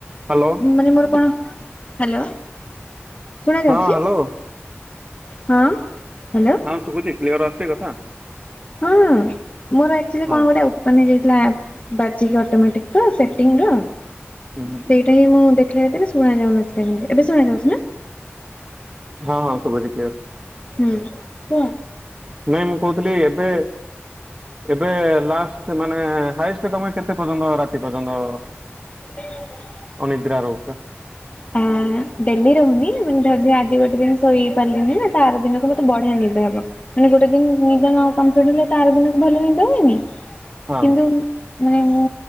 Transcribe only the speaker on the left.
ମାନେ ମୋର କଣ ହାଲୋ। ଶୁଣାଯାଉଛି
ହଁ ହାଲୋ।
ହଁ ମୋର ଆକ୍ଚୁଲି
କଣ ଗୋଟେ ବନି ଯାଇଥିଲା ବାଜି କି ଅଟୋମେଟିକ ତ ସେଟିଂ ର
ସେଇଟା ହିଁ ମୁଁ ଦେଖିଲା ଭିତରେ ଶୁଣା ଯାଉନଥିଲା କିନ୍ତୁ ଏବେ ଶୁଣା ଯାଉଛି ନା?
ହୁଁ ତ
<inaudible>
ଆ ଡେଲି ରହୁନି ମାନେ ଧରିନିଅ ଆଜି ଗୋଟେ ଦିନ ଶୋଇ ପାରିଲିନି ନା ତାର ଦିନକୁ ମତେ ବଢିଆ ନିଦହବ। ମାନେ ଗୋଟେ ଦିନ ନିଦ ନ କମ୍ପ୍ଲିଟ ହେଲେ ତା ଆର ଦିନକୁ ଭଲ ନିଦ ହୁଏନି।
କିନ୍ତୁ ମାନେ ମୁଁ